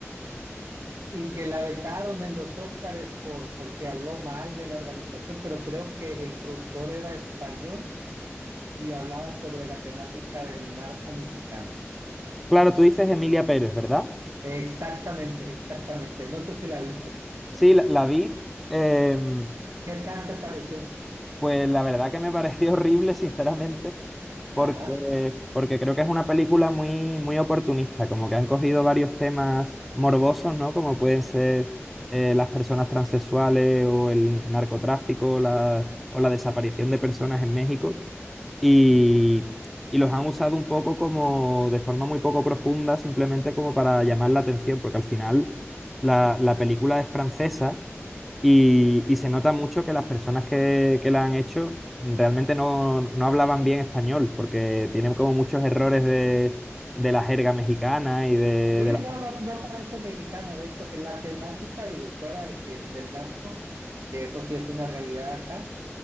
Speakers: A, on the right (about 85°); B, in the centre.
A: y que la vetaron en los Óscares por, porque habló mal de la organización, pero creo que el productor era español y hablaba sobre la temática del narco mexicano.
B: claro, tú dices Emilia Pérez, ¿verdad?
A: Exactamente, exactamente. No sé si la viste.
B: Sí, la, la vi. em,
A: ¿Qué tal te pareció?
B: Pues la verdad que me <laughs> pareció horrible, sinceramente, porque,
A: Ajá.
B: porque creo que es una película muy, muy oportunista, como que han cogido varios temas morbosos, ¿no? Como pueden ser eh, las personas transexuales o el narcotráfico la, o la desaparición de personas en México y, y los han usado un poco como de forma muy poco profunda, simplemente como para llamar la atención, porque al final la, la película es francesa y, y se nota mucho que las personas que, que la han hecho realmente no, no hablaban bien español, porque tienen como muchos errores de, de la jerga mexicana y de,
A: Sí,
B: de la...
A: no, no, no parece mexicana. De hecho, en la temática, digo, fuera de que el del narco, que eso sí es una realidad acá.